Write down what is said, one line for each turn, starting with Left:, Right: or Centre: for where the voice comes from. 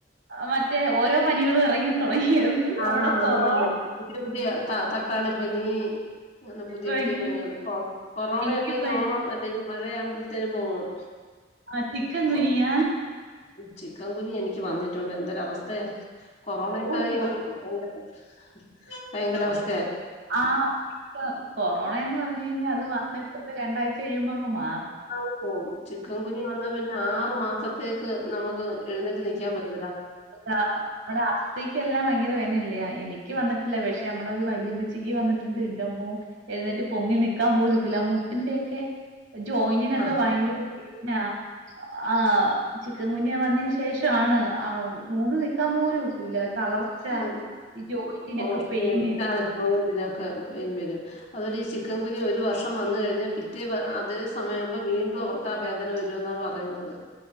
Right: മറ്റേ ഓരോ പനികളും ഇറങ്ങിത്തു- തുടങ്ങിയത്
Left: ആ
Right: അവിടെ കൊറോ
Left: ആണാണ്
Right: -
Left: പുതിയ പുതിയ ത തക്കാളി പനി അങ്ങനെ പുതിയ
Right: പനി
Left: പുതിയ പനികാണ് കൊ കൊറോണയ
Right: ഡെങ്കിപ്പനി
Left: ക്കോണം അല്ല മഴയാവുമ്പോഴത്തേന് പോങ്ങും
Right: ആ ചിക്കൻ
Left: കൊ
Right: ഗുനിയ
Left: chikungunya എനിക്ക് വന്നിട്ടുണ്ട് എന്തൊര അവസ്ഥ വസ്തയ കൊറോണക്കായും
Right: ഓ ദൈവം
Left: <unintelligible> ഭയ ഭയങ്കര അവസ്ഥ
Right: ആ <unintelligible> കൊറോണ എന്ന് പറഞ്ഞു കഴിഞ്ഞാൽ അത് വന്നിട്ട് ഒരു രണ്ടഴ്ച കഴുമ്പോ അ-
Left: നമുക്ക് പോും ചിക്കൻ കുനിയ വന്നാ പിന്നെ ആറു മാസത്തേക്ക് നമുക്ക് എഴുന്നേട്ട് നിൽക്കാൻ പറ്റില്ല
Right: അ നമ്മടെ ആസ്ഥതിക്ക് എല്ലാം ഭയങ്കര വെനല്ല എനിക്ക ക്ക് വന്നിട്ടില്ല പക്ഷെ നമ്മടെ ഒരു വല്യമ്മച്ചിക്ക് വന്നിട്ടുണ്ട് ഇന്റെറമ്മൂ എഴുന്നേറ്റ് പൊങ്ങി നിക്കാൻ പോലുക്കല്ല മുട്ടിന്റെയൊക്കെ ജോയിന്റനൊക്കെ
Left: ആഹ്
Right: ഭയങ്കരന്ന പെയിനാ ആ ചിക്കൻ കുഞ്ഞയ വന്നന് ശേഷണ് ആ നൂന്ന് നിക്കാൻ പോലും ഒക്കൂല തളർച്ച
Left: <unintelligible>
Right: ഈ ജോയിന്റിനൊക്കെ
Left: ഓജോയിന്റിനോ
Right: പെയിന്
Left: ക്കെ പെയിൻ വരും അതുോലെ ചിക്കൻ കുനിയ ഒരു വർഷം വന്ന കഴിഞ്ഞാൽ പിറ്റേ അതേ സമയ ആമ്പോ വീണ്ടും അവർക്ക് ആ വേദന വരുമെന്നാ പറയുന്നത്